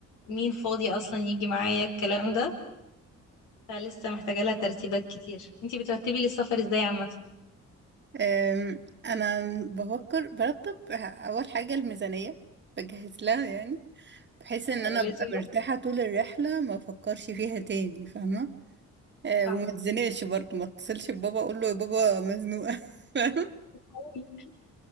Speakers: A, on the left; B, on the right.
A: مين فاضي اصلا يجي معايا الكلام ده فلسه محتاجة لها ترتيبات كتير انتي بترتبي لي السفر ازاي عامة
B: آم، انا بفكر برتب اول حاجة الميزانية بجهز لها يعني بحيث ان
A: ده
B: انا
A: ده
B: ابقى
A: لازم ده
B: مرتاحة طول الرحلة ما افكرش فيها تاني فاهمة آه،
A: صح
B: وما اتزنقش برضه ما اتصلش ببابا اقول له يا بابا مزنوقة <laughs> فاهمة؟
A: أوي.